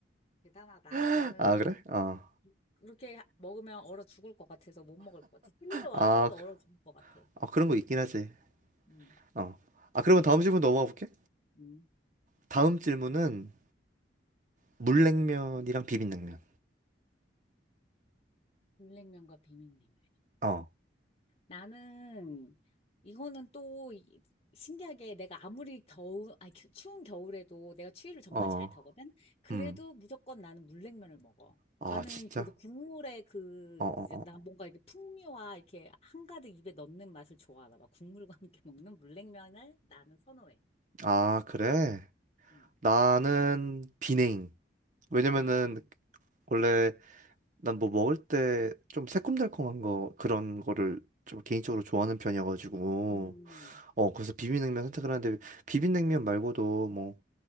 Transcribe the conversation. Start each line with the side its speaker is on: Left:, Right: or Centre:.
Left: 대단하다. 나는
Right: <laughs> 아, 그래? 어.
Left: 그렇게 먹으면 얼어 죽을 것 같아서 못 먹을 것 같아. 실내 와서도
Right: 아, 그-
Left: 얼어 죽을 것 같아.
Right: 아, 그런 거 있긴 하지.
Left: 음,
Right: 어. 아, 그러면 다음 질문 넘어가 볼게.
Left: 음.
Right: 다음 질문은 물냉면이랑 비빔냉면.
Left: 물냉면과 비빔냉면.
Right: 어,
Left: 나는 이거는 또 이- 신기하게 내가 아무리 더운, 아니 추- 추운 겨울에도 내가 추위를 정말
Right: 어,
Left: 잘 타거든. 그래도
Right: 음.
Left: 무조건 나는 물냉면을 먹어.
Right: 아,
Left: 나는
Right: 진짜?
Left: 그 이제 국물의 그,
Right: 어, 어,
Left: 이제
Right: 어.
Left: 나 뭔가 이렇게 풍미와 이렇게 한가득 입에 넣는 맛을 좋아하나 봐. 국물과 함께 먹는 물냉면을 나는 선호해.
Right: 아, 그래?
Left: 음.
Right: 나는 비냉. 왜냐면은
Left: 아,
Right: 원래 난 뭐 먹을 때 좀 새콤달콤한 거 그런 거를 좀 개인적으로 좋아하는 편이어가지고
Left: 음.
Right: 어 그래서 비빔냉면 선택을 하는데 비빔냉면 말고도 뭐